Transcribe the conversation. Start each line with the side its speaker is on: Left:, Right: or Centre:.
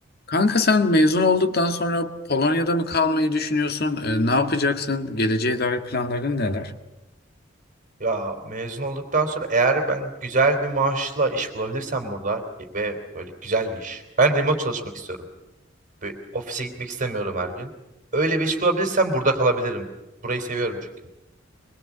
Left: Kanka sen mezun olduktan sonra Polonya'da mı kalmayı düşünüyorsun? Ee, ne yapacaksın? Geleceğe dair planların neler?
Right: Ya mezun olduktan sonra eğer ben güzel bir maaşla iş bulabilirsem burada ve böyle güzel bir iş. Ben remote çalışmak istiyorum. Böyle ofise gitmek istemiyorum her gün. Öyle bir iş bulabilirsem burada kalabilirim. Burayı seviyorum çünkü.